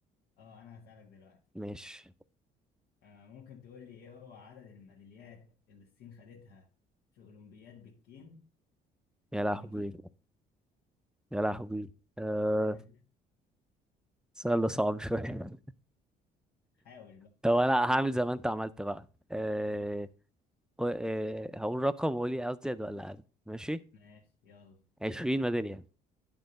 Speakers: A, on the left (about 90°); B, in the centre.
A: أه أنا هسألك دلوقتي
B: ماشي
A: آه ممكن تقول لي إيه هو عدد الميداليات اللي الصين خدتها في أولمبياد بكين
B: يا لهوي
A: أو بكين؟
B: يا لهوي أه...
A: <laughs>
B: سؤال ده صعب شوية <laughs>
A: حاول بقى
B: طب أنا هعمل زي ما أنت عملت بقى أه... و- أه... هقول رقم وقولي أزيد ولا أقل ماشي
A: ماشي يلا
B: عشرين ميدالية